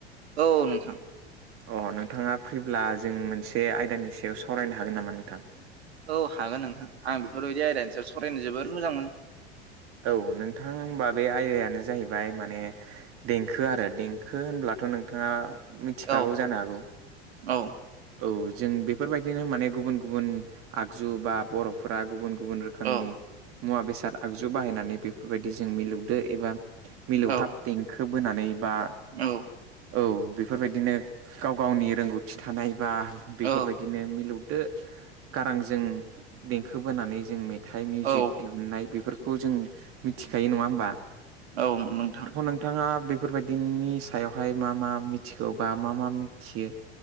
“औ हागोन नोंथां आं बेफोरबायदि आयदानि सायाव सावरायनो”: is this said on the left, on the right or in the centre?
Right